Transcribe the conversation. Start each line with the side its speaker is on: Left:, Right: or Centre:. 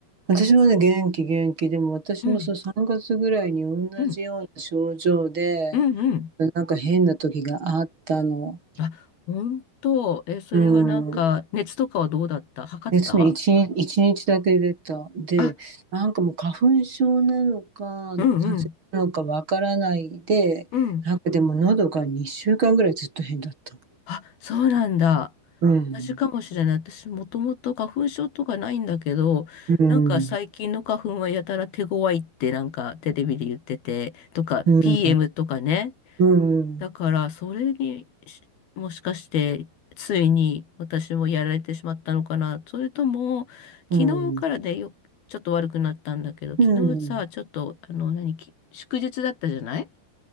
Right: 私もね、元気、元気。でも私もそう3月ぐらいに同じような症状で、
Left: うん、うん、うん、うん。
Right: なんか変な時があったの。
Left: あ、本当。え、それはなんか、
Right: うん。
Left: 熱とかはどうだった測った
Right: 別に一一日だけ出た。で、
Left: あ、
Right: なんかもう花粉症なのか、
Left: うん、
Right: 風邪なのかわからないで、
Left: うん、うん。
Right: なんかでも喉が2週間ぐらいずっと変だった。
Left: あ、そうなんだ。
Right: うん、
Left: 同じかもしれない。私もともと花粉症とかないんだけど、
Right: うん、
Left: なんか最近の花粉はやたら手強いってなんかテレビで言ってて、とか
Right: うん、
Left: PM とかね。
Right: うん、うん、
Left: だからそれにしもしかしてついに私もやられてしまったのかな。それとも昨日からでよ、
Right: うん、
Left: ちょっと悪くなったんだけど、
Right: うん、
Left: 昨日さ、ちょっとあの何、き祝日だったじゃない